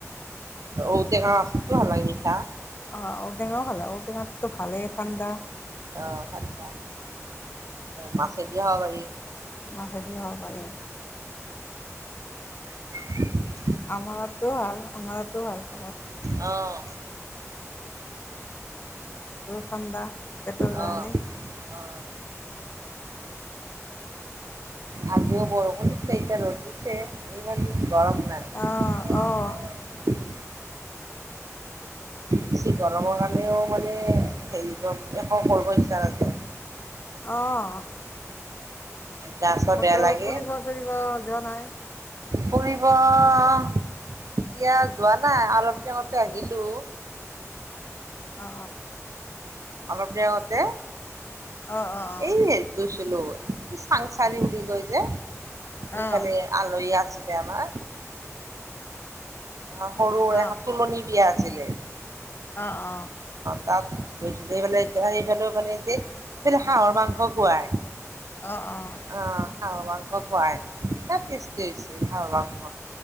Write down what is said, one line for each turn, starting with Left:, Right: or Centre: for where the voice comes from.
Right: ঔ টেঙা আচাৰটো ভাল লাগে মিঠা।
Left: অঁ ঔটেঙাও ভাল ঔ টেঙাটো ভালেই ঠাণ্ডা।
Right: অহ ভাল দিয়া মাছেদিয়ো খাব পাৰি।
Left: মাছদিয়ো খাব পাৰি।
Right: <unintelligible>
Left: আমাৰতো ভাল আমাৰো ভাল খাব।
Right: অ।
Left: ঠাণ্ডা পেটৰ কাৰণে।
Right: অ অ' আজিও বৰষুণ দিছে এতিয়া ৰ'দ দিছে আজি ইমান গৰম নাই।
Left: অঁ অঁ
Right: বেছি গৰমৰ কাৰণেও মানে হেৰি একো কৰিব ইচ্ছা নাযায়।
Left: অহ।
Right: গা চা
Left: ক'ত
Right: বেয়া লাগে
Left: ফুৰিব-চুৰিব যোৱা নাই?
Right: ফুৰিব এতিয়া যোৱা নাই অলপ দিন আগতে আহিলো।
Left: অ।
Right: অলপ দিন আগতে
Left: অঁ অঁ
Right: এই গৈছিলো চাংচাৰি বুলি বুলি কয় যে এইতালে
Left: অঁ অঁ
Right: আলহী আছিল আমাৰ আ সৰু
Left: অঁ
Right: এখন তুলনি বিয়া আ আছিলে।
Left: অ অ।
Right: তাত গৈছিলো এই মানে যে সেইফালেও মানে যে এইফালে হাঁহৰ মাংস খোৱাই।
Left: অ', অ',
Right: অহ হাঁহৰ মাংস খোৱাই, বিৰাট টেষ্টি হৈছে হাঁহৰ মাংস।